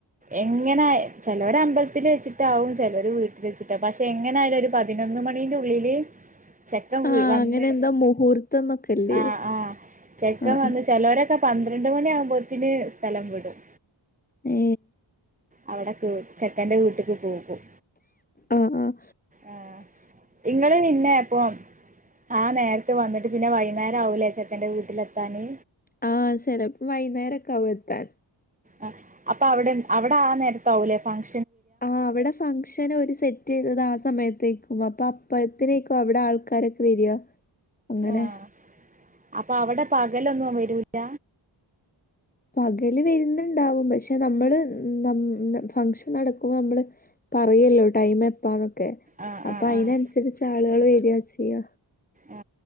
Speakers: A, on the right; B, on the left.
A: എങ്ങനെ ചിലോര മ്പത്തി തിൽ വെചിട്ടവും ചേലോൽ വീട്ട വെച്ചിട്ടാാവും പക്ഷെ എങ്ങനൊയാലും ഒരു പതിനൊന്ന് മണീന്റെള്ളില് ചെക്ക വി
B: ആഹ്
A: വന്ന്
B: അങ്ങനെ എന്താ മുഹൂർത്തം എന്നൊക്കെല്ലേ
A: ആ ആഹ് ചെക്കൻ
B: ആഹ്
A: വന്ന് ചിലോരൊക്കെ പ തരാൻഡ് മണിയാകുമ്പോഴത്തന് സ്ഥലം വിടും
B: ഏ
A: അവിടെ ക ചെക്കന്റെ വീട്ടക്ക് പോകും
B: ആഹ് ആഹ്
A: ആ ഇങ്ങള് നിന്നെ അപ്പം ആ നേരത്തെ വന്നിട്ട് പിന്നെ വൈകുന്നേരം ആവൂലേ ചേട്ടൻന്റെ വീട്ടിലെത്താാന്
B: ആഹ ചിലപ്പോ വൈകുന്നേരൊക്കെ ആവും എത്താൻ
A: ആ അപ്പൊ അവിടെ അവിടെ ആ നേരതാവൂലെ പന്ത
B: ആ അവിടെ ഫംഗഷൻ ഒരു സെറ്റ് ചെയ്തത് ആ സമയത്ത് ത്തേക്കും അപ്പൊ അപ്പഴത്തിനേക്കും അവിടെ ആൾക്കാരൊക്കെ വരിക അങ്ങനെ
A: ആഹ് അപ്പൊ അവിടെ പകലൊന്നും വരൂല്ല
B: പകല് വരുന്നുണ്ടാവും പക്ഷെ നമ്മള് ന്നം ഫംഗഷൻ നടക്കുമ്പോൾ നമ്മള് പറയല്ലോ ടൈം എപ്പാന്നൊക്കെ
A: ആഹ്
B: അപ്പൊ
A: ആഹ് ആഹ്
B: അതിനനുസരിച്ച് ആളുകൾ വരിയാ ചെയ്യ
A: ആ